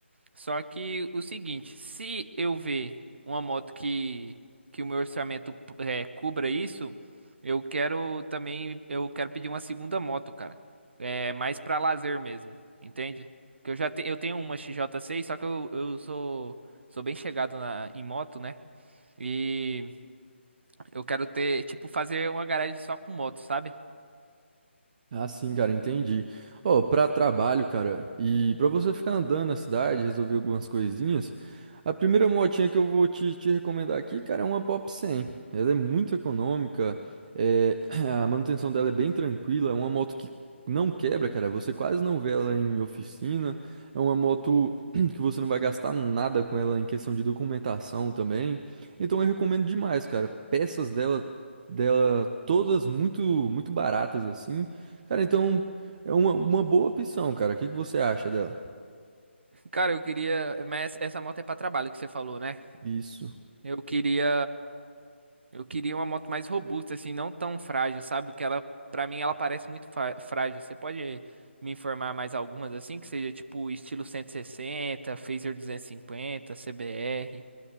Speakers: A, on the right; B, on the right.
A: Só que o seguinte, se eu ver uma moto que, que o meu orçamento é, cubra isso, eu quero também, eu quero pedir uma segunda moto, cara. É mais pra lazer mesmo, entende? Que eu já te, eu tenho uma XJ6, só que eu, eu sou sou bem chegado na, em moto, né? E eu quero ter, tipo, fazer uma garagem só com moto, sabe?
B: Ah, sim, cara, entendi. Ó, pra trabalho, cara, e pra você ficar andando na cidade, resolver algumas coisinhas, a primeira motinha que eu vou te, te recomendar aqui, cara, é uma Pop 100. Ela é muito econômica, é, <clears throat> a manutenção dela é bem tranquila, é uma moto que não quebra, cara, você quase não vê ela em oficina, é uma moto <clears throat> que você não vai gastar nada com ela em questão de documentação também. Então eu recomendo demais, cara. Peças dela dela, todas muito muito baratas assim. Cara, então é uma, uma boa opção, cara. O que que você acha dela?
A: Cara, eu queria, mas essa moto é pra trabalho que você falou, né?
B: Isso.
A: Eu queria, eu queria uma moto mais robusta, assim, não tão frágil, sabe? Que ela, pra mim, ela parece muito fa- frágil. Você pode me informar mais algumas assim, que seja tipo estilo 160, Fazer 250, CBR.